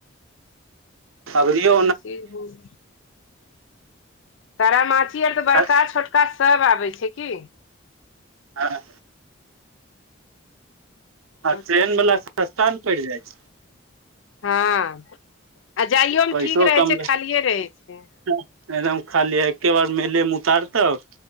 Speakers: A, on the right (about 85°); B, on the left (about 70°).
A: अभरियौना
B: कोसी घूम तारामाची आर तऽ बड़का
A: आ
B: छोटका सभ आबै छै की
A: हँ आ
B: हँ
A: ट्रेन
B: तब की
A: वला स्थान पड़ जाइ छै
B: हँ आ जाइयोमे
A: पैसो
B: ठीक रहै
A: कम
B: छै
A: लग
B: खालिए रहै छै
A: एकदम खाली एके बार म मुतार तऽ